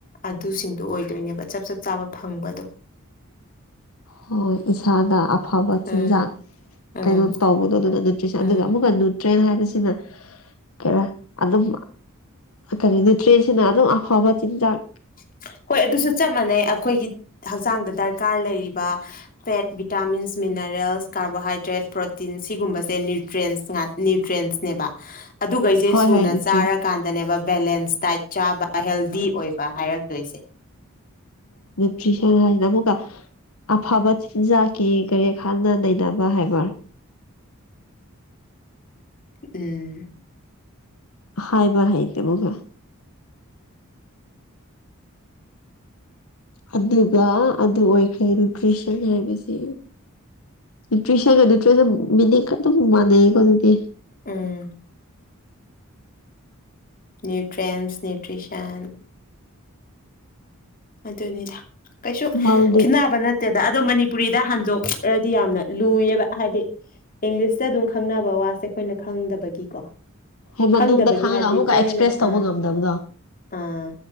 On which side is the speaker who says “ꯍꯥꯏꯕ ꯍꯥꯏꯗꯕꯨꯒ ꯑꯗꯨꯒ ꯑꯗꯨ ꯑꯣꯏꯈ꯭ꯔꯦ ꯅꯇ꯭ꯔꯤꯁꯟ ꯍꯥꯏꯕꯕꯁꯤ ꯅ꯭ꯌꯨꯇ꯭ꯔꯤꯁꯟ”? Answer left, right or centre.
Left